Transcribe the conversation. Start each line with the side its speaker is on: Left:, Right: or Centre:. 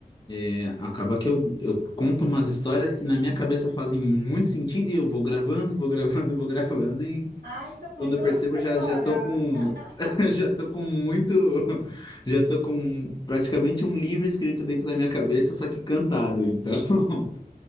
Left: É, acaba que eu, eu conto umas histórias que na minha cabeça fazem muito sentido e eu vou gravando, vou gravando, <laughs> vou gravando e
Right: Ai, tô curiosa
Left: quando eu percebo
Right: agora.
Left: já já tô com
Right: <laughs>
Left: <laughs> já tô com muito <laughs> já tô com praticamente um livro escrito dentro da minha cabeça, só que cantado. Então, <laughs>